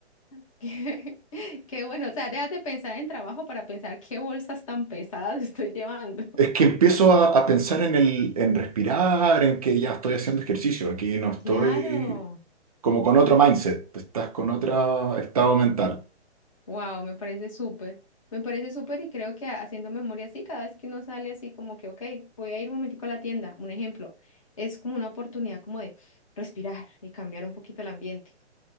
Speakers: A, on the left; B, on the right.
A: <laughs> Qué, qué bueno, o sea, dejas de pensar en trabajo para pensar qué bolsas tan pesadas <laughs> estoy llevando.
B: Es que empiezo a, a pensar en el, en respirar, en que ya estoy haciendo ejercicio, aquí no estoy
A: Claro,
B: como con otro mindset, estás con otro estado mental.
A: wow, me parece súper, me parece súper y creo que haciendo memoria así, cada vez que uno sale así como que, ok, voy a ir un momentico a la tienda, un ejemplo, es como una oportunidad como de respirar y cambiar un poquito el ambiente.